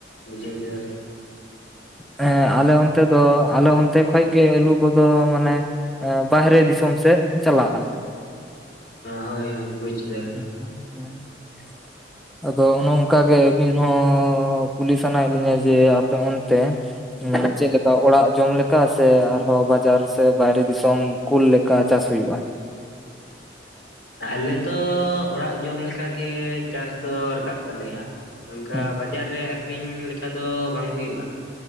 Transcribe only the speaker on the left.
ᱵᱩᱡᱷᱟᱹᱣ ᱠᱮᱫᱟ ᱞᱤᱧ ᱾
ᱦᱚᱭ ᱦᱚᱭ ᱵᱩᱡ ᱠᱮᱫᱟ ᱞᱤᱧ ᱾
ᱟᱞᱮ ᱫᱚ ᱚᱲᱟᱜ ᱡᱚᱢ ᱞᱮᱠᱟ ᱜᱮ ᱪᱟᱥ ᱫᱚ ᱨᱟᱠᱟᱵ ᱛᱟᱞᱮᱭᱟ ᱚᱱᱠᱟ
ᱵᱟᱲ ᱵᱟᱡᱟᱨ ᱨᱮ ᱟᱹᱠᱷ ᱨᱤᱧ ᱞᱮᱠᱟ ᱫᱚ ᱵᱟᱝ ᱦᱩᱭᱩᱜ-ᱟ ᱾